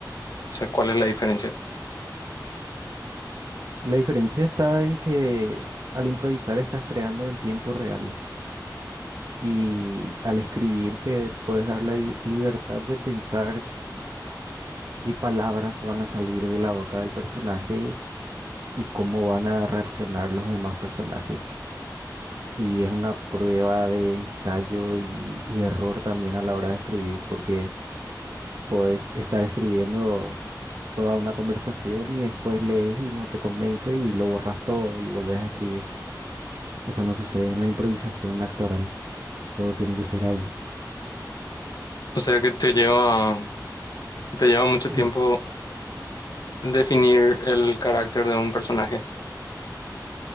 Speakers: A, on the left; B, on the right.
A: O sea, ¿cuál es la diferencia?
B: La diferencia está en que al improvisar estás creando en tiempo real y al escribir te puedes dar la li- libertad de pensar qué palabras van a salir de la boca del personaje y cómo van a reaccionar los demás personajes. Y es una prueba de ensayo y, y error también a la hora de escribir, porque puedes estar escribiendo toda una conversación y después lees y no te convence y lo borras todo y vuelves a escribir. Eso no sucede en la improvisación actoral. Todo tiene que ser ahí.
A: O sea, que te lleva, te lleva mucho
B: <clears throat>
A: tiempo definir el carácter de un personaje.